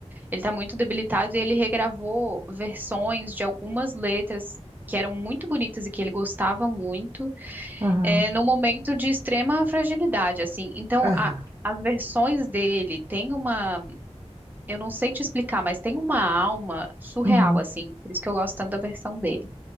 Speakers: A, on the right; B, on the right.
A: Ele tá muito debilitado e ele regravou versões de algumas letras que eram muito bonitas e que ele gostava muito
B: Aham,
A: é, num momento de extrema fragilidade, assim. Então,
B: aham.
A: a- as versões dele têm uma, eu não sei te explicar, mas tem uma alma surreal,
B: uhum.
A: assim. Por isso que eu gosto tanto da versão dele.